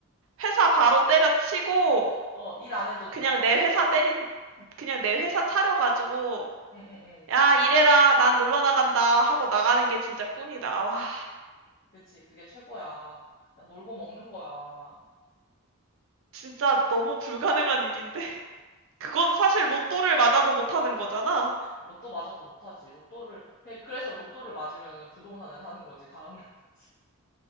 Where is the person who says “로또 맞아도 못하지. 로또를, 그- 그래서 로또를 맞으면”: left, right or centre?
Left